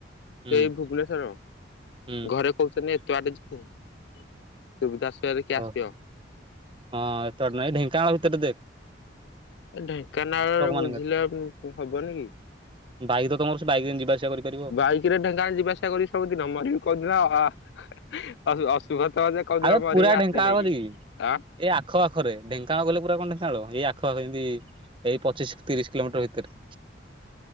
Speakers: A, on the right; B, on the left.
A: ହୁଁ
B: ଏଇ ଭୁବନେଶ୍ଵର
A: ହୁଁ
B: ଘରେ କହୁଚନ୍ତି ଏତେ ବାଟ ଯିବୁ? ସୁବିଧା ଅସୁବିଧାରେ କିଏ
A: ହଉ।
B: ଆସିବ?
A: ହଁ ଏତେ ବାଟ ନାଇଁ ଢେଙ୍କାନାଳ ଭିତରେ ଦେଖ୍।
B: ଢେଙ୍କାନାଳରେ
A: ମାନଙ୍କରେ
B: ବୁଝିଲେ ହବନି କି।
A: ବାଇକ୍ ତ ତମର ଅଛି, ସେ ବାଇକ୍ ରେ ଯିବା ଆସିବା କରିପାରିବ।
B: ବାଇକ୍ ରେ ଢେଙ୍କାନାଳ ଯିବା ଆସିବା କରିବି ସବୁଦିନ। ମରିବି କୋଉଦିନ। ଅଶୁଭ ତ ଯେ କୋଉଦିନ
A: ଆବେ
B: ମରିବି
A: ପୁରା
B: ଆକ୍ସିଡେଣ୍ଟ
A: ଢେଙ୍କାନାଳ
B: ହେଇକି।
A: କତିକି
B: ଆଁ
A: ଏଇ ଆଖପାଖରେ ଢେଙ୍କାନାଳ ଗଲେ ପୁରା କଣ ଢେଙ୍କାନାଳ ଏଇ ଆଖପଖ ଯେମିତି ଏଇ ପଚିଶି ତିରିଶି କିଲୋମିଟର ଭିତରେ